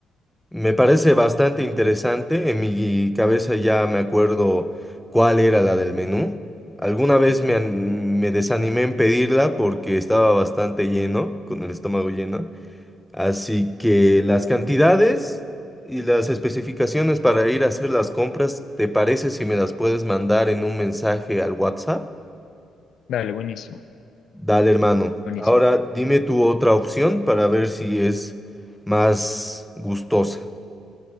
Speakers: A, in the centre; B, on the left.
A: Me parece bastante interesante. En mi cabeza ya me acuerdo cuál era la del menú. Alguna vez
B: Ujú.
A: me, an- me desanimé en pedirla porque estaba bastante lleno, con el estómago lleno. Así que las cantidades y las especificaciones para ir a hacer las compras, ¿te parece si me las puedes mandar en un mensaje al WhatsApp?
B: Dale, buenísimo,
A: Dale, hermano.
B: buenísimo.
A: Ahora dime tu otra opción para ver si es más gustosa.